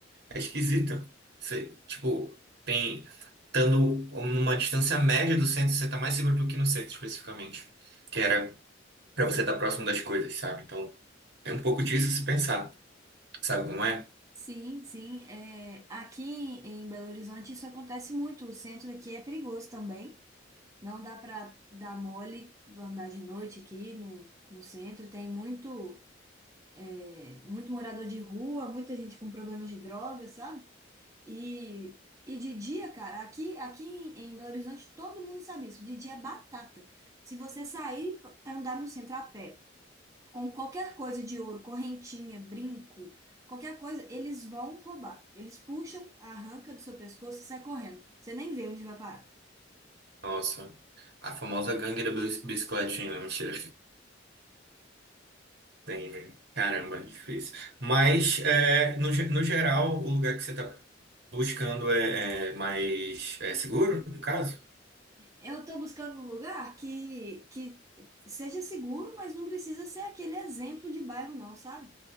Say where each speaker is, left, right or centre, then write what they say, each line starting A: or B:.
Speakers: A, on the right (about 60°); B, on the right (about 15°).
A: É esquisito. Você, tipo, tem, estando numa distância média do centro, você tá mais seguro do que no centro, especificamente, que era pra você estar próximo das coisas, sabe? Então, tem um pouco disso se pensar, sabe como é?
B: Sim, sim. É, aqui em Belo Horizonte isso acontece muito. O centro aqui é perigoso também. Não dá para dar mole, andar de noite aqui no, no centro. Tem muito, é, muito morador de rua, muita gente com problema de drogas, sabe? E, e de dia, cara, aqui, aqui em, em Belo Horizonte todo mundo sabe isso. De dia é batata. Se você sair, andar no centro a pé com qualquer coisa de ouro, correntinha, brinco, qualquer coisa, eles vão roubar. Eles puxam, arranca do seu pescoço e sai correndo. Você nem vê onde vai parar.
A: Nossa, a famosa gangue da bis- bicicletinha, né? mentira. Tem, velho. Caramba, difícil. Mas, é, no, ge- no geral, o lugar que você está buscando é, é mais é seguro, no caso?
B: Eu tô buscando um lugar que, que seja seguro, mas não precisa ser aquele exemplo de bairro, não, sabe?